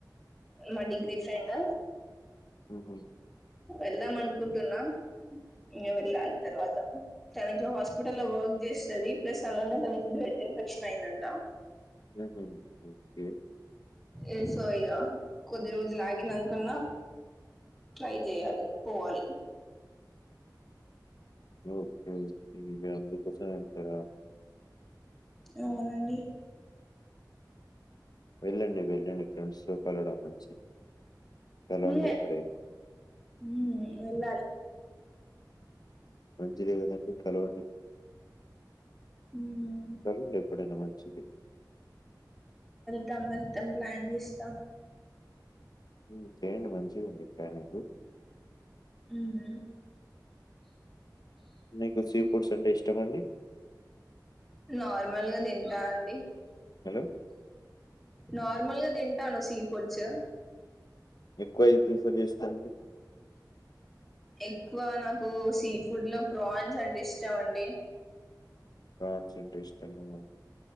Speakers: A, in the centre; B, on the left.
A: మా డిగ్రీ ఫ్రెండ్
B: ఉమ్ హు
A: ఎళ్దామనుకుంటున్నా ఇంగ వెళ్ళాలి తర్వాత. తనిట్ల హాస్పిటల్లో వర్క్ చేస్తది, ప్లస్ అలానే తనకి బ్లడ్ ఇన్ఫెక్షన్ అయిందంట.
B: ఉమ్ హు, ఓకె
A: ఏ సో ఇగా కొద్ది రోజులాగినంకన్నా ట్రై జేయాలి,
B: ఉహు,
A: పోవాలి
B: ఓకే ఇగ అందుకోసం ఎల్తరా
A: అవునండి
B: వెళ్ళండి వెళ్ళండి ఫ్రెండ్స్ తో వేలడం మంచిది వెళ్లండి
A: ఏ
B: ఇప్పుడే
A: మ్మ్ వెళ్ళాలి
B: మంచిదే కదండి కలవండి
A: మ్మ్
B: కలలే ఎప్పుడైనా మంచించిది
A: తం వెళ్తాం ప్లాన్ చేస్తాం
B: ఉమ్ చేయండి మంచిగా ఉంది ప్యానింగు
A: మ్మ్
B: మీకు సీ ఫుడ్స్ అంటే ఇష్టమ అండి
A: నార్మల్గా తింటానండి
B: హలో
A: నార్మల్ గా తింటాను సీ ఫుడ్స్
B: ఎక్కువ ఏది ప్రిఫర్ చేస్తారండి
A: ఎక్కువ నాకు సీ ఫుడ్ లో ప్రాన్స్ అంటే ఇష్టాం అండి
B: ఫ్రాన్స్ అంటే ఇష్టమా